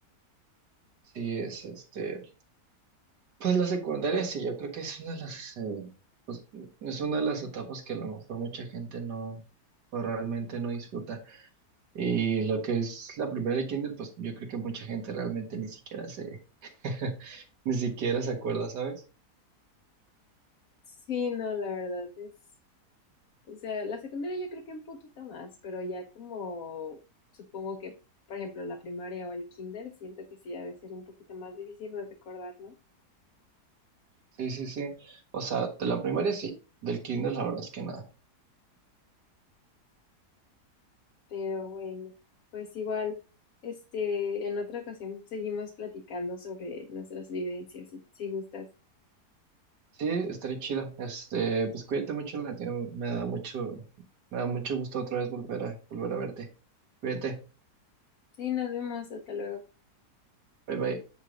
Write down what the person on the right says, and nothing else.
Sí, es este. Pues la secundaria sí, yo creo que es una de las, eh, pues, es una de las etapas que a lo mejor mucha gente no, pues, realmente no disfruta. Y lo que es la primera de kinder, pues yo creo que mucha gente realmente ni siquiera se, <laughs> ni siquiera se acuerda, ¿sabes?
Sí, sí, sí. O sea, de la primaria sí, del kinder la verdad es que nada.
Sí, estaré chido. Este, pues cuídate mucho, Latino. Me da mucho, me da mucho gusto otra vez volver a, volver a verte. Cuídate.
Bye bye.